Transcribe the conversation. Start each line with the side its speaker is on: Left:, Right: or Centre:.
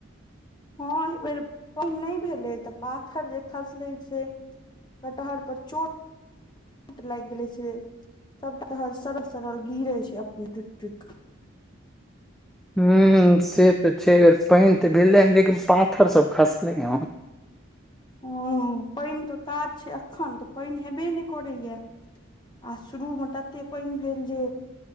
Left: हँ एहि बेर पानि नहि भेलै तऽ पाथर जे खसलै से कटहर पर चोट चोट लागि गेले से सब सड़ल सड़ल गिरे छै अपनने टुटि टुटि कऽ
Centre: हूं से तऽ छै बेर पानि तऽ भेलै ह लेकिन पाथर सब खसलै हन
Left: हूँ पानिके काज छै एखन तऽ पानि हेबे नहि करैएा आ शुरू मे तते पानि भेल जे